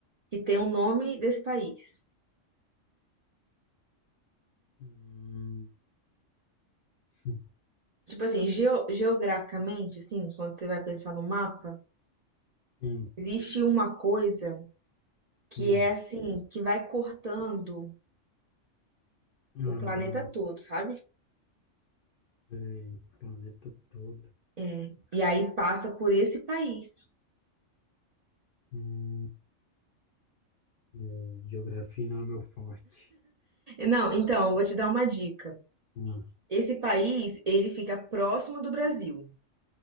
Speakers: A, on the right; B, on the left.
A: que tem o nome desse país.
B: hum, hum, sim.
A: Tipo assim, geo- geograficamente assim, quando você vai pensar no mapa,
B: Hum.
A: existe uma coisa que
B: hum.
A: é assim, que vai cortando
B: Não
A: o planeta todo, sabe?
B: sei. Planeta todo.
A: É, e aí passa por esse país.
B: Hum, é, geografia não é meu forte.
A: Não, então, eu vou te dar uma dica.
B: Ah,
A: Esse país, ele fica próximo do Brasil.